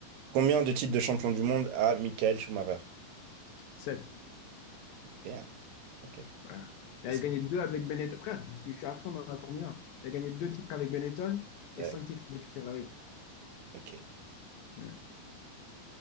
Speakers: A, on the right; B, on the left.
A: Combien de titres de champion du monde a Michael Schumacher?
B: 7.
A: Damn, ok.
B: Voilà. Il
A: Est-ce
B: a gagné 2 avec Benetton. Frère, je suis je suis à fond dans la Formule 1. Il a gagné 2 titres avec Benetton et
A: Ouais,
B: 5 titres avec Ferrari.
A: ok,
B: Ouais.